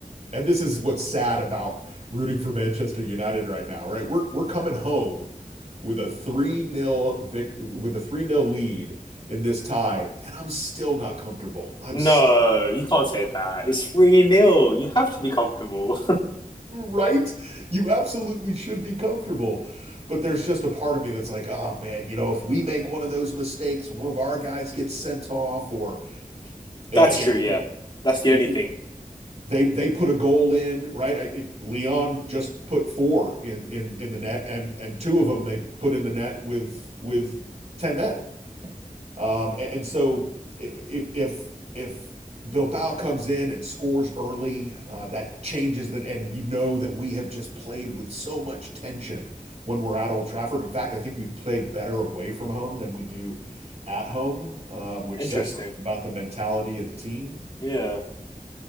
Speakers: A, on the right; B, on the left.
A: and this is what's sad about rooting for Manchester United right now, right? We're, we're coming home with a 3 nil vict with a 3 nil lead in this tie, and I'm still not comfortable. I'm
B: No,
A: still
B: you can't say that. It's 3 nil. You have to be comfortable.
A: Right? You absolutely should be comfortable. But there's just a part of me that's like, oh man, you know, if we make one of those mistakes, one of our guys gets sent off, or
B: <laughs>
A: uh,
B: That's
A: it,
B: true, yeah.
A: you
B: That's the only
A: know,
B: thing.
A: they they put a goal in, right? I, it, Leon just put four in in in the net, and and two of them they put in the net with with ten men. Um, and, and so if if if Bilbao comes in and scores early, uh, that changes that, and you know that we have just played with so much tension when we're at Old Trafford. In fact, I think we've played better away from home than we do at home, uh, which
B: Interesting.
A: says something about the mentality of the team.
B: Yeah.